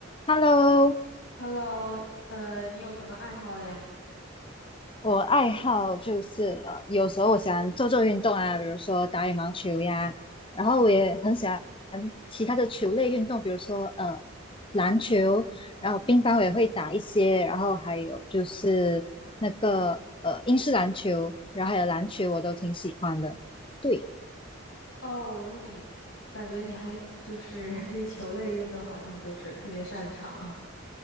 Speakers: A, on the left; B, on the left.
A: Hello，
B: Hello，呃，你有什么爱好呀？
A: 我爱好就是呃，有时候我喜欢做做运动啊，比如说打羽毛球呀，然后我也很喜欢其他的球类运动，比如说呃篮球，然后乒乓我也会打一些，然后还有就是那个呃英式篮球，然后还有篮球我都挺喜欢的。对。
B: 哦，那你我感觉你还就是 <laughs> 对球类运动好像就是特别擅长